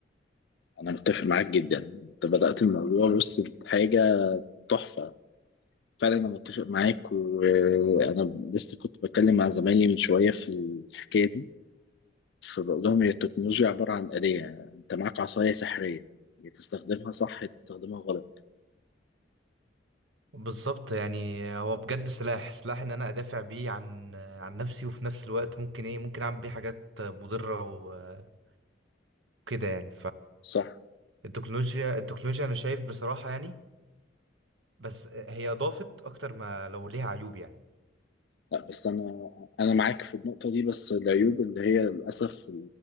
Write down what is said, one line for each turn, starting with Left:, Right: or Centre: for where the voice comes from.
Left: انا متفق معاك جدا انت بدات الموضوع بص حاجه تحفه فعلا انا متفق معاك وانا لسه كنت بتكلم مع زمايلي من شويه في الحكايه دي فبقول لهم هي التكنولوجيا عباره عن آلية انت معاك عصايه سحريه يا تستخدمها صح يا تستخدمها غلط
Right: بالظبط يعني هو بجد سلاح سلاح ان انا ادافع بيه عن عن نفسي وفي نفس الوقت ممكن ايه ممكن اعمل بيه حاجات مضرة وكده يعني
Left: صح
Right: فالتكنولوجيا التكنولوجيا انا شايف بصراحة يعني بس هي اضافت اكتر ما لو ليها عيوب يعني
Left: لا بس انا انا معاك في النقطه دي بس العيوب اللي هي للاسف